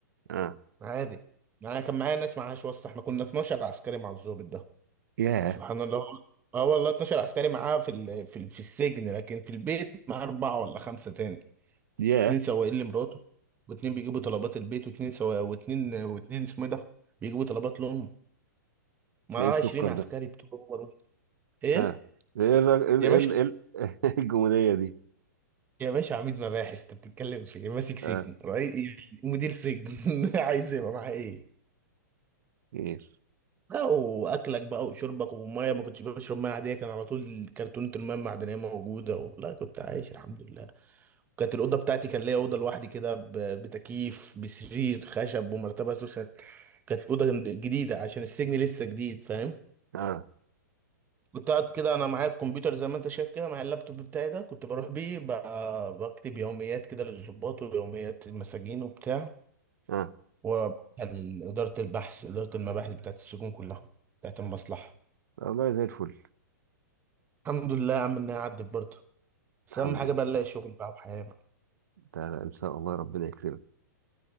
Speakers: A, on the right; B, on the right.
A: آه
B: عادي معايا كان معايا ناس معاهاش واسطة احنا كنا 12 عسكري مع الضابط ده
A: ياه
B: سبحان الله اه والله 12 عسكري معاه في ال... في ال... في السجن لكن في البيت معاه أربعة ولا خمسة تاني
A: ياه
B: اتنين سواقين لمراته واتنين بيجيبوا طلبات البيت واتنين سوا واتنين واتنين اسمه إيه ده بيجيبوا طلبات لأمه معاه
A: ده إيه السكر
B: 20 عسكري
A: ده؟
B: بتوع هو دول. ايه
A: آه ده إيه الر-
B: يا
A: إيه
B: باشا
A: ال- إيه ال- <laughs> إيه الجمودية دي؟
B: يا باشا عميد مباحث انت بتتكلم في إيه؟ ماسك سجن
A: آه
B: رئيس مدير سجن <laughs> عايز يبقى معاه ايه
A: خير
B: لا واكلك بقى وشربك وميه ما كنتش بشرب ميه عاديه كان على طول كرتونه الميه المعدنيه موجوده و... لا كنت عايش الحمد لله وكانت الاوضه بتاعتي كان ليا اوضه لوحدي كده ب... بتكييف بسرير خشب ومرتبه سوسه كانت الاوضه جد- جديده عشان السجن لسه جديد فاهم
A: آه
B: كنت قاعد كده انا معايا الكمبيوتر زي ما انت شايف كده معايا اللابتوب بتاعي ده كنت بروح بيه ب... بكتب يوميات كده للضباط ويوميات المساجين وبتاع
A: آه
B: وبعتها لاداره البحث اداره المباحث بتاعت السجون كلها بتاعت المصلحه
A: والله زي الفل
B: الحمد لله يا عم انها عدت برضه بس
A: الحمد
B: اهم حاجه
A: لله
B: بقى نلاقي شغل بقى وحياه بقى
A: ده ان شاء الله ربنا يكرمك